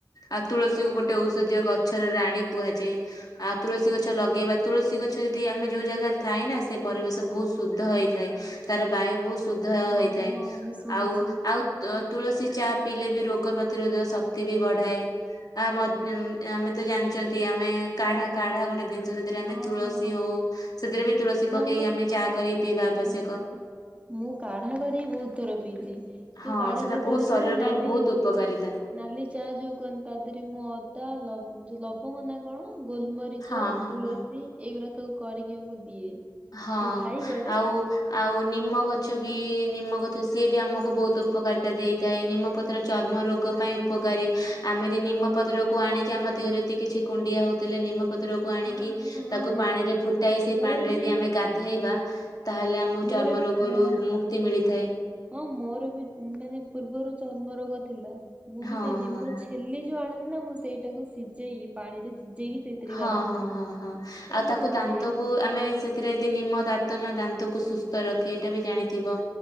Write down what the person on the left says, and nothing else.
ଆଉ ତୁଳସୀକୁୁ ଗୋଟେ ଔଷଧୀୟ ଗଛରେ ରାଣି କୁହାଯାଏ। ଆଉ ତୁଳସୀ ଗଛ ଲଗେଇବା ତୁଳସୀ ଗଛ ଯଦି ଆମେ ଯୋଉ ଜାଗାରେ ଥାଏ ନା ସେ ପରିବେଶ ବହୁତ ଶୁଦ୍ଧ ହେଇଥାଏ। ତାର ବାୟୁ ବହୁତ ଶୁଦ୍ଧ
ହେଇଥାଏ
ଆଉ ଆଉ ତ ତୁଳସୀ ଚା ପିଇଲେ ବି ରୋଗ ପ୍ରତିରୋଧ ଶକ୍ତି ବି ବଢ଼ାଏ। ଆ ମତ ଉ ଆମେ ତ ଜାଣିଛନ୍ତି ଆମେ କାଢା କାଢା ଗୋଟେ ଜିନିଷ ଯ ସେଥିରେ ଆମେ
ତୁଳସୀ
ହଉ ସେଥିରେ ବି ତୁଳସୀ
ପକେଇକି
ଆମେ ଚା କରିକି ପିଇବା ଆବଶ୍ୟକ।
ହଁ
ସେଟା
ବହୁତ
ଶରୀର
ପାଇଁ ବହୁତ ଉପକାରିତା
ହଁ ହଁ
ହଁ।
ହଁ
ଆଉ ଆଉ ନିମ ଗଛ ବି ନିମ ଗଛ ସିଏ ବି ଆମକୁ ବହୁତ ଉପକାରିତା ଦିଏ। ଥାଏ ନିମପତ୍ର ଚର୍ମ ରୋଗ ପାଇଁ ଉପକାରୀ ଆମେଦି ନିମପତ୍ରକୁ ଆଣିକି ଆମ ଦେହରେ ଯଦି କିଛି କୁଣ୍ଡିଆ ହଉଥିଲେ ନିମପତ୍ରକୁ ଆଣିକି
ତାକୁ
ପାଣିରେ ଫୁଟାଇ ସେଇ
ପାଣି ରେ
ଗାଧେଇବା ତାହେଲେ ଆମ
ଚର୍ମ ରୋଗରୁ
ମୁକ୍ତି
ମିଳିଥାଏ।
ହଁ
ହଁ ହଁ।
ହଁ
ହଁ ହଁ ହଁ
ଆଉ
ତାକୁ
ଦାନ୍ତକୁ
ଆମେ ସେ ରେ <unintelligible> ନିମ ଦାନ୍ତନ ଦାନ୍ତକୁ ସୁସ୍ଥ ରଖେ ଏଇଟା ବି ଜାଣିଥିବ?